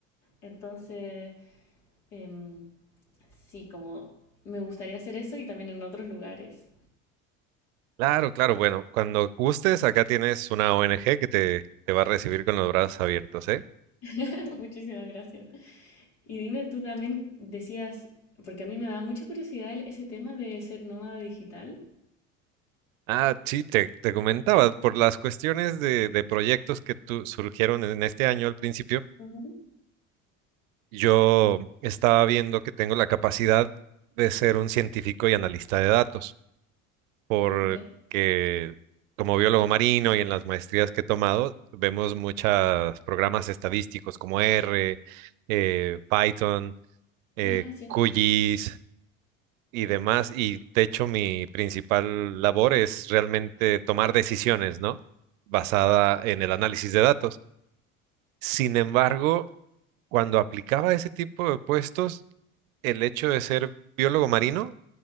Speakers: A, on the left (about 75°); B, on the right (about 70°).
A: Entonces, eh, sí, como me gustaría hacer eso y también en otros lugares.
B: Claro, claro. Bueno, cuando gustes, acá tienes una ONG que te, te va a recibir con los brazos abiertos, ¿eh?
A: <laughs> Muchísimas gracias. Y dime, tú también decías, porque a mí me da mucha curiosidad el- ese tema de ser nómada digital.
B: Ah, sí, te, te comentaba, por las cuestiones de, de proyectos que tu- surgieron en este año al principio,
A: Ujú,
B: yo estaba viendo que tengo la capacidad de ser un científico y analista de datos, porque
A: Ya.
B: como biólogo marino y en las maestrías que he tomado, vemos muchos programas estadísticos como R, eh, Python. eh,
A: Ah, sí.
B: QGIS y demás. Y de hecho, mi principal labor es realmente tomar decisiones, ¿no? Basada en el análisis de datos. Sin embargo, cuando aplicaba ese tipo de puestos, el hecho de ser biólogo marino